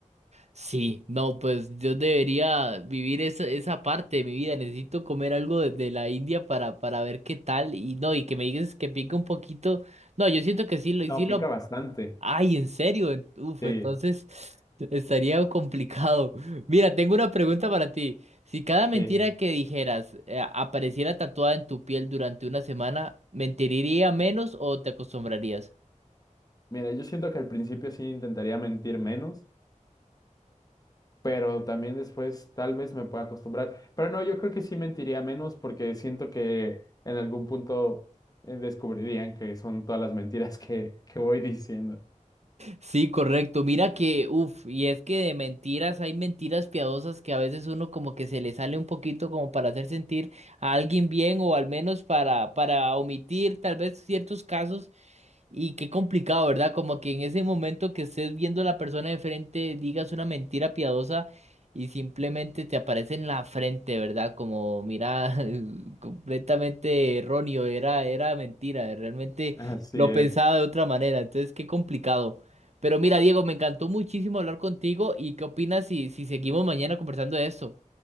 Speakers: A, on the right (about 55°); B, on the left (about 30°).
A: Sí, no, pues yo debería vivir esa, esa parte de mi vida. Necesito comer algo de, de la India para, para ver qué tal. Y no, y que me digas que pica un poquito. No, yo siento que sí, lo,
B: No,
A: sí
B: pica
A: lo
B: bastante.
A: Ay, ¿en serio? En- Uf,
B: Sí,
A: entonces estaría complicado. Mira, tengo una pregunta para ti. Si cada mentira
B: sí.
A: que dijeras eh, apareciera tatuada en tu piel durante una semana, ¿mentiría menos o te acostumbrarías?
B: Mira, yo siento que al principio sí intentaría mentir menos. pero también después tal vez me pueda acostumbrar. Pero no, yo creo que sí mentiría menos porque siento que en algún punto eh, descubrirían que son todas las mentiras que, que voy diciendo.
A: Sí, correcto. Mira que, uff, y es que de mentiras hay mentiras piadosas que a veces uno como que se le sale un poquito como para hacer sentir a alguien bien o al menos para, para omitir tal vez ciertos casos. Y qué complicado, ¿verdad? Como que en ese momento que estés viendo a la persona de frente, digas una mentira piadosa y simplemente te aparece en la frente, ¿verdad? Como, mira, <laughs> completamente erróneo, era, era mentira, realmente
B: Así
A: lo
B: es.
A: pensaba de otra manera, entonces qué complicado. Pero mira, Diego, me encantó muchísimo hablar contigo y qué opinas si, si seguimos mañana conversando de esto.